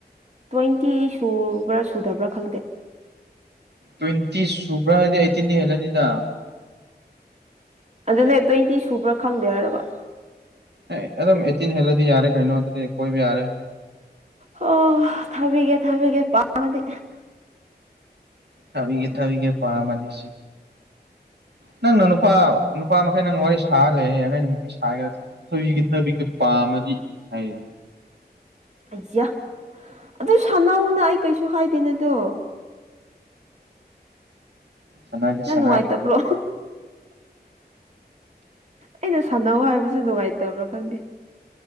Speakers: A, on the right (about 40°); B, on the right (about 75°).
A: ꯇ꯭ꯋꯦꯟꯇꯤ ꯁꯨꯕ꯭ꯔꯥ ꯁꯨꯗꯕ꯭ꯔꯥ ꯈꯪꯗꯦ
B: ꯇ꯭ꯋꯦꯟꯇꯤ ꯁꯨꯕ꯭ꯔꯥ ꯍꯥꯏꯗꯤ ꯑꯩꯠꯇꯤꯟꯗꯤ ꯍꯦꯜꯂꯅꯤꯗ
A: ꯑꯗꯨꯅꯦ ꯇ꯭ꯋꯦꯟꯇꯤ ꯁꯨꯕ꯭ꯔꯥ ꯈꯪꯗꯦ ꯍꯥꯏꯔꯕ
B: ꯑꯦ ꯑꯗꯨꯝ ꯑꯩꯠꯇꯤꯟ ꯍꯦꯜꯂꯗꯤ ꯌꯥꯔꯦ ꯀꯩꯅꯣ ꯑꯗꯨꯗꯤ ꯀꯣꯏꯕ ꯌꯥꯔꯦ
A: ꯑꯣ ꯊꯥꯕꯤꯒꯦ ꯊꯥꯕꯤꯒꯦ ꯄꯥꯈꯪꯗꯤ
B: ꯊꯕꯤꯒꯦ ꯊꯕꯤꯒꯦ ꯄꯥ <unintelligible> ꯅꯪꯅ ꯅꯨꯄꯥ ꯅꯨꯄꯥ ꯃꯈꯩ ꯅꯪ ꯋꯥꯔꯤ ꯁꯥꯔ ꯂꯩꯔꯦ ꯑꯩ ꯅꯨꯄꯤ ꯁꯥꯒꯦ <unintelligible> ꯄꯥꯝꯃꯗꯤ ꯍꯥꯏꯌꯦ
A: ꯑꯩꯌꯥ ꯑꯗꯨ ꯁꯅꯧꯅ ꯑꯩ ꯀꯩꯁꯨ ꯍꯥꯏꯗꯦꯅ ꯑꯗꯨ
B: ꯁꯅꯥꯒꯦ
A: ꯌꯥꯝ
B: ꯁꯅꯥꯒꯦ
A: ꯅꯨꯡꯉꯥꯏꯇꯕ꯭ꯔꯣ ꯑꯩꯅ ꯁꯥꯟꯅꯧ ꯍꯥꯏꯕꯁꯨ ꯅꯨꯡꯉꯥꯏꯇꯕ꯭ꯔꯥ ꯈꯪꯗꯦ